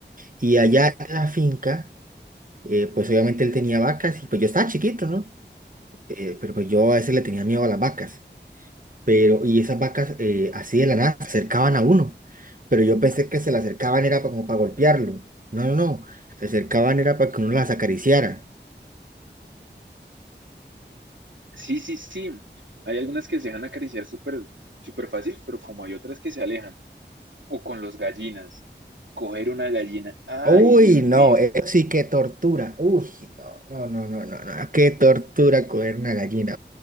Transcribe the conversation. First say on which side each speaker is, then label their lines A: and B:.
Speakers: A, on the right; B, on the right.
A: Y allá en la finca, eh, pues obviamente él tenía vacas y pues yo estaba chiquito, ¿no? Eh, pero pues yo a veces le tenía miedo a las vacas. pero y esas vacas eh, así de la nada se acercaban a uno, pero yo pensé que se le acercaban era pa- como para golpearlo, no, no, no, se acercaban era para que uno las acariciara.
B: Sí, sí, sí. Hay algunas que se dejan acariciar súper, súper fácil, pero como hay otras que se alejan. O con los gallinas. Coger una gallina. Ay,
A: Uy,
B: Dios
A: no,
B: mío.
A: eso sí que tortura, uy, no, no, no, no, no, no, qué tortura coger una gallina.